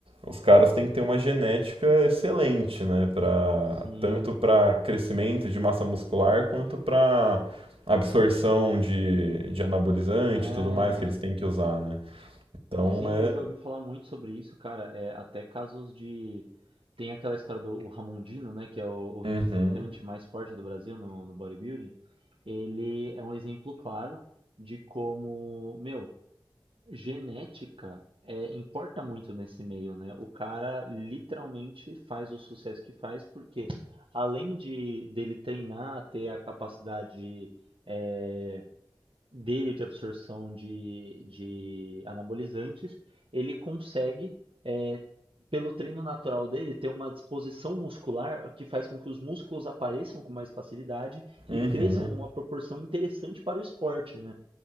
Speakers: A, on the right (about 85°); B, on the right (about 70°).
A: os caras têm que ter uma genética excelente, né? Pra,
B: sim.
A: tanto para crescimento de massa muscular quanto para absorção de, de anabolizante
B: É.
A: e tudo mais que eles têm que usar, né? Então
B: Sim,
A: é.
B: eu já ouvi falar muito sobre isso, cara. É, até casos de. Tem aquela história do o Ramondino, né? Que é o, o representante
A: Uhum,
B: mais forte do Brasil no, no bodybuilding. Ele é um exemplo claro de como, meu, genética é, importa muito nesse meio, né? O cara literalmente faz o sucesso que faz, porque além de dele treinar, ter a capacidade. é, dele de absorção de, de anabolizantes, ele consegue, é, pelo treino natural dele, ter uma disposição muscular que faz com que os músculos apareçam com mais facilidade
A: uhum.
B: e cresçam numa proporção interessante para o esporte, né?